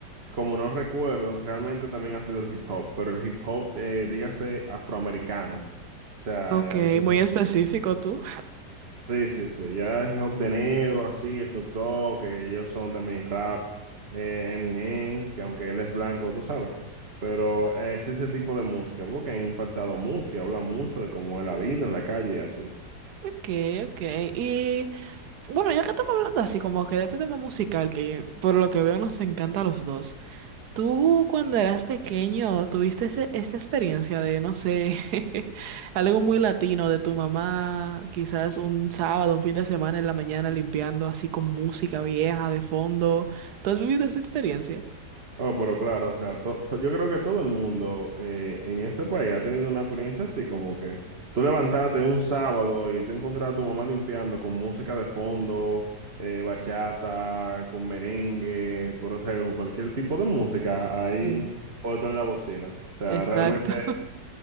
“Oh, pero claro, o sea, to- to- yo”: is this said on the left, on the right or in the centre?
Right